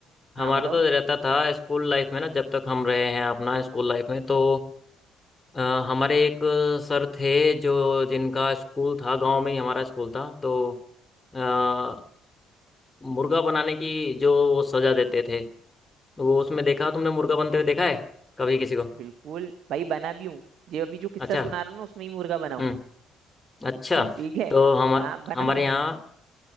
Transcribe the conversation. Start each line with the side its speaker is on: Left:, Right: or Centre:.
Left: हमारा
Right: हाँ बताओ
Left: तो रहता था स्कूल लाइफ में ना जब तक हम रहे हैं अपना स्कूल लाइफ में तो अ, हमारे एक सर थे जो जिनका स्कूल था गांव में ही हमारा स्कूल था तो अ, मुर्गा बनाने की जो वो सजा देते थे वो उसमें देखा तुमने मुर्गा बनते हुए देखा है कभी किसी को
Right: बिल्कुल भाई बना भी हूँ जो अभी जो
Left: अच्छा
Right: किस्सा सुना रहा हूँ ना उसमें ही मुर्गा बनाऊँ
Left: हम्म अच्छा
Right: <laughs> ठीक है
Left: तो हम
Right: हाँ बनाऊँ
Left: हमारे यहाँ